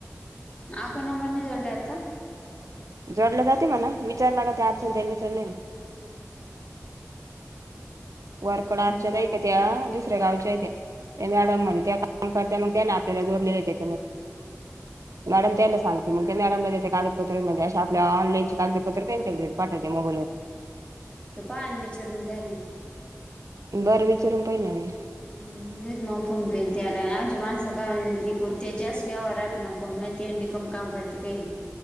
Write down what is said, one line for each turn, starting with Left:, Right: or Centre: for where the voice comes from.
Left: हा कोण नंबर नाही जाल द आहेत का
Right: जोडलं जाते म्हणा विचारला का ते अर् त्याला विचारलं वरकळच्यान
Left: बरं
Right: आहे का त्या दुसऱ्या गावच्या त्या ते मॅडम म्हण का काम करत मग त्या नाही आपल्याला जोडलेले आहे त्याच्यामध्ये
Left: ह
Right: मॅडम त्या सांगते मग त्या मॅडमला त्या ते कागदपत्र म्हणजे अे आपल्या ऑनलाईन कागदपत्र त्यांच्या पाठवते मोबाईलवर
Left: ते पाहान विचरूून झालं
Right: बरं विचारून पाहि नाही मी
Left: हम् मक्या ना ज मानख होते जस् व्यवहार न पोण मातीन त कम काम करते काही